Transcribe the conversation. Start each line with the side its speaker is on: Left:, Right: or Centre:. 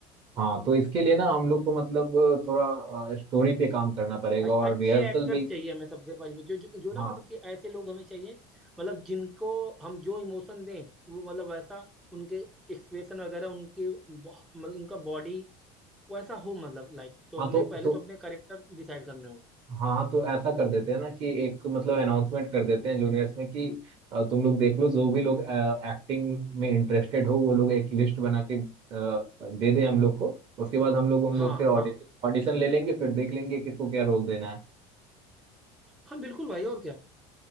Right: हाँ तो इसके लिए ना हम लोग को मतलब थोड़ा स्टोरी पे काम करना पड़ेगा
Centre: भाई
Right: और
Centre: अच्छे
Right: रिहर्सल
Centre: एक्टर्स
Right: भी
Centre: चाहिए हमें सबसे पहले जो, जो जो ना
Right: हाँ
Centre: मतलब कि ऐसे लोग हमें चाहिए मतलब जिनको हम जो इमोशन दें वो मतलब वैसा उनके एक्सप्रेशन वगैरह उनकी बॉ- मतलब उनका बॉडी वैसा हो मतलब लाइक तो
Right: हाँ
Centre: हमें
Right: तो
Centre: पहले
Right: तो
Centre: तो अपने करेक्टर डिसाइड करने होंगे
Right: हाँ तो ऐसा कर देते हैं ना कि एक मतलब अनाउंसमेंट कर देते हैं जूनियर्स में कि अ, तुम लोग देख लो जो भी लोग एक्टिंग में इंटरेस्टेड हो वो लोग एक लिस्ट बना के अ, दे दें हम लोग को उसके बाद हम लोग उन
Centre: हाँ
Right: लोग से ऑडिशन
Centre: हाँ
Right: ऑडिशन ले लेंगे फिर देख लेंगे किसको क्या रोल देना है
Centre: हाँ बिल्कुल भाई और क्या